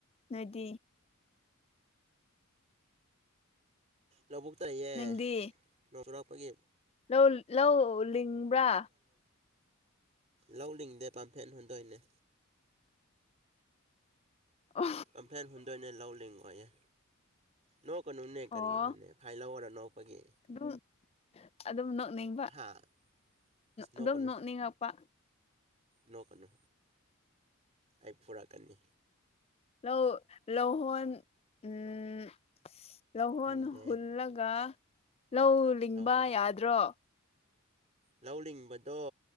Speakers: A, on the left; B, on the right.
A: ꯅꯣꯏꯗꯤ
B: ꯂꯧꯕꯨꯛꯇ ꯂꯩꯌꯦ
A: ꯅꯪꯗꯤ
B: ꯅꯣꯡ ꯆꯨꯔꯛꯄꯒꯤ
A: ꯂꯧ ꯂꯧ ꯂꯤꯡꯕ꯭ꯔꯥ
B: ꯂꯧꯅꯤꯡꯡꯗꯦ ꯄꯥꯝꯐꯦꯟ ꯍꯨꯟꯗꯣꯏꯅꯦ
A: ꯑꯣ
B: ꯄꯥꯝꯐ꯭ꯦꯟ ꯍꯨꯟꯗꯣꯏꯅꯦ ꯂꯧ ꯂꯤꯡꯉꯣꯏꯌꯦ ꯅꯣꯛꯀꯅꯨꯅꯦ ꯀꯔꯤꯅꯣꯅꯦ
A: ꯑꯣ
B: ꯐꯥꯏꯜ ꯂꯧꯔ ꯅꯣꯛꯄꯒꯤ
A: ꯑꯗꯨꯝ ꯑꯗꯨꯝ ꯅꯣꯛꯅꯤꯡꯕ
B: ꯍꯥ ꯏꯁ ꯅꯣꯛꯀꯅꯨ
A: ꯑꯗꯨꯝ ꯅꯣꯛꯅꯤꯡꯉꯛꯄ
B: ꯅꯣꯛꯀꯅꯨ ꯑꯩ ꯐꯨꯔꯛꯀꯅꯤ
A: ꯂꯧ ꯂꯧꯍꯣꯟ ꯎꯝ ꯂꯧꯍꯣꯟ
B: ꯍꯨꯟꯗꯦ
A: ꯍꯨꯜꯂꯒ ꯂꯧ ꯂꯤꯡꯕ
B: ꯂꯧ ꯍꯣꯏ
A: ꯌꯥꯗ꯭ꯔꯣ
B: ꯂꯧ ꯂꯤꯡꯕꯗꯣ